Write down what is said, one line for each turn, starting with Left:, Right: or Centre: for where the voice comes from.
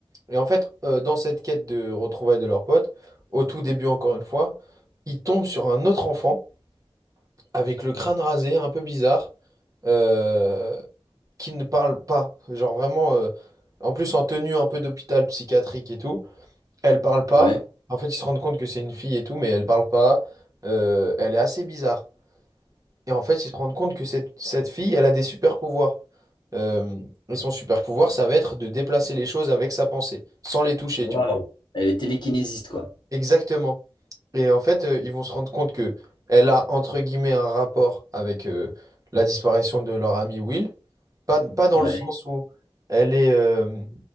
Right: Et en fait, euh, dans cette quête de retrouvailles de leur pote, au tout début encore une fois, ils tombent sur un autre enfant avec le crâne rasé, un peu bizarre, euh, qui ne parle pas. Genre vraiment, euh, en plus en tenue un peu d'hôpital psychiatrique et tout, elle parle pas.
Left: Ouais.
Right: En fait, ils se rendent compte que c'est une fille et tout, mais elle parle pas. Euh, elle est assez bizarre. Et en fait, ils se rendent compte que cette, cette fille, elle a des super pouvoirs. Euh, et son super pouvoir, ça va être de déplacer les choses avec sa pensée, sans les toucher,
Left: Waouh.
Right: tu vois.
Left: Elle est télékinésiste, quoi.
Right: Exactement. Et en fait, euh, ils vont se rendre compte que elle a entre guillemets un rapport avec euh, la disparition de leur ami Will. Pas, pas dans
Left: Ouais.
Right: le sens où elle est, euh,